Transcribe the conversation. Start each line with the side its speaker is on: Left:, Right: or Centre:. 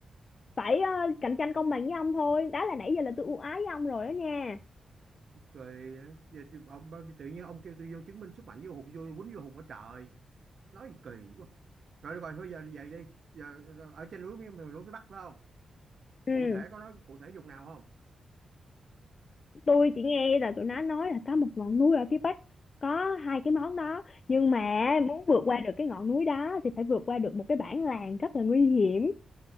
Left: phải ờ, cạnh tranh công bằng với ông thôi đó là nãy giờ là tôi ưu ái với ông rồi đó nha
Right: rồi ờ, giờ, ông tự nhiên ông kêu tôi vô chứng minh sức mạnh với hùng vô quýnh vô hùng ở trời nói kỳ quá rồi được rồi thôi giờ về đi giờ, ở trên núi miền miền núi phía Bắc phải không
Left: ừ
Right: cụ thể có nói cụ thể vùng nào không
Left: tôi chỉ nghe là tụi nó nói là có một ngọn núi ở phía bắc có hai cái món đó nhưng mà muốn vượt qua được cái ngọn núi đó thì phải vượt qua được một cái bản làng rất là nguy hiểm